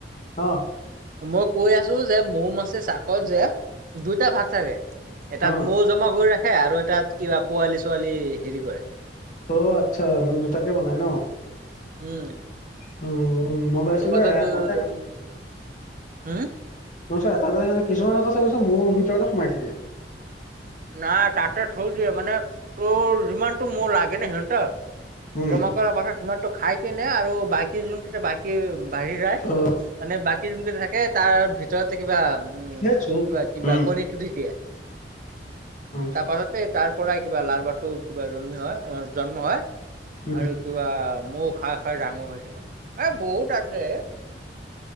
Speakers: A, on the left; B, on the right.
A: অ।
B: মই কৈ আছো যে মৌ মাছে চাকত যে, দুইটা ভাগ থাকে। এটাত
A: অ
B: মৌ জমা কৰি ৰাখে আৰু এটাত কিবা পোৱালি-ছোৱালী হেৰি কৰে।
A: অ' আচ্ছা মানে দুটাকে বনাই ন।
B: উম।
A: <unintelligible>
B: আৰু <unintelligible>
A: এটাতে
B: হম্
A: <unintelligible> এটা যে কিছুমানে কথা কৈছে মৌৰ ভিতৰতে সোমাই থাকে।
B: নাই তাতে থৈ দিয়ে মানে, তোৰ যিমানটো মৌ লাগে ন সিহঁনতক।
A: উম
B: জমা কৰাৰ পাছত সিমানটো খাই কিনে আৰু বাকী যোনকেইটা বাকী বাঢ়ি যায়। মানে
A: অ
B: বাকী যোনকেইটা থাকে তাৰ ভিতৰতে কিবা, উম
A: সেই চুপ
B: কিবা কিবা
A: উম
B: কণীটো দি দিয়ে।
A: অ
B: তাৰ পাছতে তাৰ পৰাই কিবা লাৰবাৰটো কিবা জন্মি হয় জন্ম হয়।
A: উম
B: আৰু কিবা মৌ খাই খাই ডাঙৰ হৈ ছাগে, এ বহুত আছে এ।